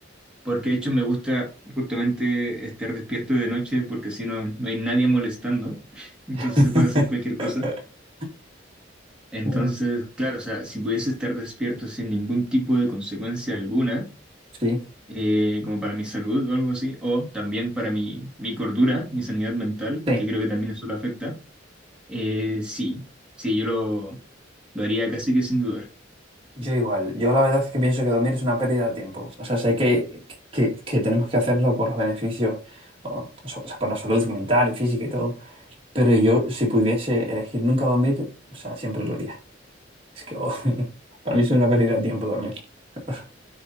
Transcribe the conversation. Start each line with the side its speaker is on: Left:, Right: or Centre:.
Centre: Porque de hecho me gusta justamente estar despierto de noche porque si no, no hay nadie molestando. <laughs> Entonces
Right: <laughs>
Centre: se puede hacer cualquier cosa. Entonces,
Right: Mm.
Centre: claro, o sea, si pudiese estar despierto sin ningún tipo de consecuencia alguna,
Right: Sí.
Centre: eh, como para mi salud o algo así, o también para mi, mi cordura, mi sanidad mental,
Right: Sí.
Centre: que creo que también eso lo afecta, eh, sí, sí, yo lo, lo haría casi que sin dudar.
Right: Yo igual. Yo la verdad es que pienso que dormir es una pérdida de tiempo. O sea, sé que, que, que tenemos que hacerlo por los beneficios, o, o sea, por la salud mental y física y todo. Pero yo, si pudiese elegir nunca dormir, o sea, siempre lo haría. Es que oh, <laughs> para mí es una pérdida de tiempo dormir. <laughs>